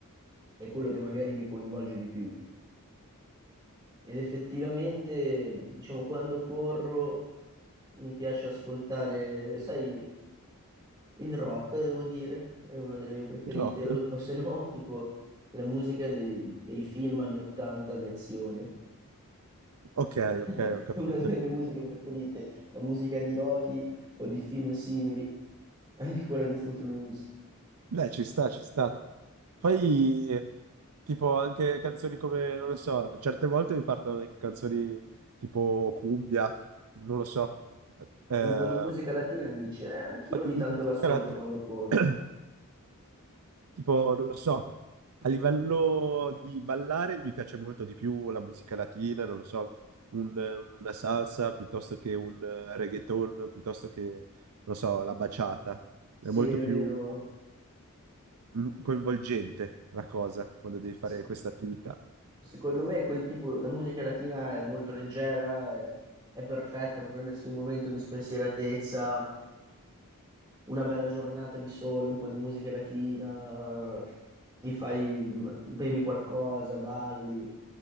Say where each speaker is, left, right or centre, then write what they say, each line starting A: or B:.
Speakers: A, on the right; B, on the right.
A: è quello che magari mi coinvolge di più. Ed effettivamente, diciamo, quando corro mi piace ascoltare, sai. Il rock, devo dire, è una delle mie preferite,
B: Il rock?
A: o, o se no, <laughs> tipo la musica dei, dei film anni 80 di azione,
B: Ok,
A: <laughs>
B: ok, ho capito.
A: è una delle mie musiche preferite, la musica di Rocky o di film simili, anche quella di Footloose.
B: Beh, ci sta, ci sta. Poi, eh, tipo, anche canzoni come, non lo so, certe volte mi partono anche canzoni tipo cumbia, non lo so, eh,
A: Un po' di musica latina dici, eh, anch'io ogni
B: di
A: tanto
B: musica
A: l'ascolto
B: latina.
A: quando corro.
B: <coughs> Tipo, non lo so, a livello di ballare mi piace molto di più la musica latina, non lo so, un- una salsa piuttosto che un reggaeton, piuttosto che, non lo so, la baciata.
A: Sì,
B: È molto
A: è
B: più
A: vero.
B: mm, coinvolgente la cosa quando devi fare
A: Se-
B: questa attività.
A: secondo me quel tipo, la musica latina è molto leggera, è, è perfetta per prendersi un momento di spensieratezza. una bella giornata di sole, un po' di musica latina, ti fai, mhmm, bevi qualcosa, balli.